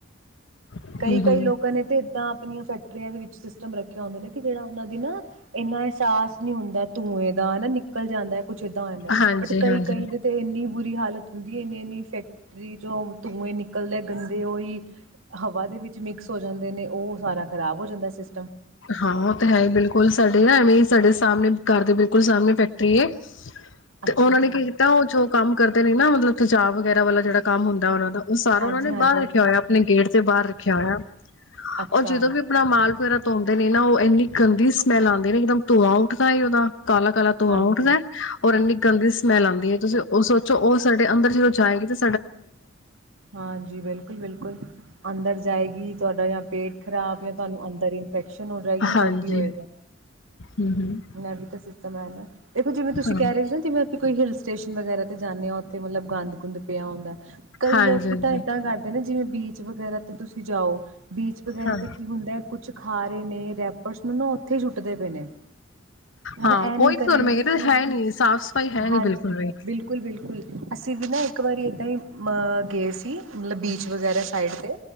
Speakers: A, on the left; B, on the right.
A: ਹਮ
B: ਕਈ ਕਈ ਲੋਕਾਂ ਨੇ ਤੇ ਤਾਂ ਆਪਣੀਆਂ ਫੈਕਟਰੀਆਂ ਦੇ ਵਿੱਚ ਰੱਖਿਆ ਹੁੰਦੇ ਨੇ ਕਿ ਜਿਹੜਾ ਉਹਨਾਂ ਦੀ ਨਾ ਇੰਨਾ ਅਹਿਸਾਸ ਨਹੀਂ ਹੁੰਦਾ ਧੂੰਏ ਦਾ ਹਨਾ ਨਿਕਲ ਜਾਂਦਾ ਕੁੱਛ ਏਦਾਂ ਹੋ ਜਾਂਦਾ
A: ਹਾਂਜੀ
B: ਬਟ ਕਈ
A: ਹਾਂਜੀ
B: ਕਈ ਦੇ ਤੇ ਇੰਨੀ ਬੁਰੀ ਹਾਲਤ ਕਦੀ ਇੰਨੀ ਇੰਨੀ ਫੈਕਟਰੀ ਚ ਧੂੰਏ ਨਿਕਲਦੇ ਗੰਦੇ ਓ ਹੀ ਹਵਾ ਦੇ ਵਿੱਚ ਮਿਕਸ ਹੋ ਜਾਂਦੇ ਨੇ ਉਹ ਸਾਰਾ ਖਰਾਬ ਹੋ ਜਾਂਦਾ ਸਿਸ
A: ਹਾਂ ਉਹ ਤੇ ਹੈ ਹੀ ਬਿਲਕੁਲ ਸਾਡੇ ਨਾ ਐਵੇਂ ਸਾਡੇ ਸਾਹਮਣੇ ਘਰ ਦੇ ਬਿਲਕੁਲ ਸਾਹਮਣੇ ਫੈਕਟਰੀ
B: ਅੱਛਾ-ਅੱਛਾ,
A: ਤੇ ਉਹਨਾਂ ਨੇ ਕੀ ਕੀਤਾ ਉਹ ਜੋ ਕੰਮ ਕਰਦੇ ਨੇ ਨਾ ਮਤਲਬ ਤਜਾਬ ਵਗੈਰਾ ਵਾਲਾ ਜਿਹੜਾ ਕੰਮ ਹੁੰਦਾ ਉਹਨਾਂ ਦਾ ਉਹ ਸਾਰਾ
B: ਹਾਂਜੀ-ਹਾਂਜੀ,
A: ਉਹਨਾਂ ਨੇ ਬਾਹਰ ਰੱਖਿਆ ਹੋਇਆ ਆਪਣੇ ਗੇਟ ਤੇ ਬਾਹਰ ਰੱਖਿਆ ਹੋਇਆ
B: ਅੱਛਾ,
A: ਉਹ ਜਦੋਂ ਵੀ ਆਪਣਾ ਮਾਲ ਧੋਂਂਦੇ ਨੇ ਨਾ ਉਹ ਇੰਨੀ ਗੰਦੀ ਸਮੈਲ ਆਂਦੀ ਏ ਨਾ ਇੱਕਦਮ ਧੂੰਆ ਉੱਠਦਾ ਏ ਉਹਦਾ ਕਾਲਾ ਕਾਲਾ ਧੂੰਆ
B: ਹਾਂਜੀ।
A: ਉੱਠਦੈ ਔਰ ਇੰਨੀ ਗੰਦੀ ਸਮੈਲ ਆਂਦੀ ਏ ਤੁਸੀਂ ਉਹ ਸੋਚੋ ਉਹ ਸਾਡੇ ਅੰਦਰ ਜਦ ਜਾਏਗੀ ਤਾਂ
B: ਹਾਂਜੀ ਬਿਲਕੁਲ ਬਿਲਕੁਲ ਅੰਦਰ ਜਾਏਗੀ ਤੁਹਾਡਾ ਯਾ ਪੇਟ ਖਰਾਬ ਜਾਂ ਤੁਹਾਨੂੰ ਅੰਦਰ ਇਨਫੈਕਸ਼ਨ ਹੋ ਜਾਏਗੀ ਹੋਰ
A: ਹਾਂਜੀ
B: ਕੀ ਹੋਏਗਾ
A: ਹਮ ਹਮ
B: ਮ ਵੀ ਤਾਂ ਸਿਸਟਮ ਹੈ ਨਾ ਦੇਖੋ ਜਿਵੇ ਤੁਸੀਂ
A: ਹਾਂ
B: ਕਹਿ ਰਹੇ ਸੀ ਨਾ ਜਿਵੇ ਉੱਥੇ ਕੋਈ ਹਿੱਲ ਸਟੇਸ਼ਨ ਵਗੈਰਾ ਜਾਂਦੇ ਹੋ ਤੇ ਮਤਲਬ ਗੰਦ ਗੁੰਦ ਪਿਆ ਹੁੰਦਾ ਕਈ
A: ਹਾਂਜੀ
B: ਲੋਕੀ
A: ਹਾਂਜੀ
B: ਤਾਂ ਏਦਾਂ ਕਰਦੇ ਨੇ ਜਿਵੇਂ ਬੀਚ ਵਗੈਰਾ ਤੇ ਤੁਸੀਂ ਜਾ ਦਓ ਬੀਚ ਵਗੈਰਾ
A: ਹਾਂ
B: ਤੇ ਕੀ ਹੁੰਦਾ ਹੈ ਕੁਛ ਖਾ ਰਹੇ ਨੇ ਰੈਪਰਸ ਨੂੰ ਨਾ ਉੱਥੇ ਹੀ ਛੁੱਟਦੇ ਪਏ ਨੇ ਹਨਾ
A: ਹਾਂ
B: ਇਹ ਨੀ
A: ਉਹੀ
B: ਕਰਨਗੇ
A: ਤਾਂਹੂੰ ਮੈਂ ਕਿਹਾ
B: ਕਿ
A: ਹੈ ਨਹੀਂ ਸਾਫ਼ ਸਫ਼ਾਈ ਹੈ ਨੀ
B: ਹਾਂ
A: ਬਿਲਕੁਲ ਵੀ
B: ਬਿਲਕੁਲ ਬਿਲਕੁਲ ਅਸੀਂ ਵੀ ਨਾ ਇੱਕ ਵਾਰੀ ਇੱਦਾਂ ਹੀ ਮ ਗ ਸੀ ਮਤਲਬ ਬੀਚ ਵਗੈਰਾ ਸਾਈਡ ਤੇ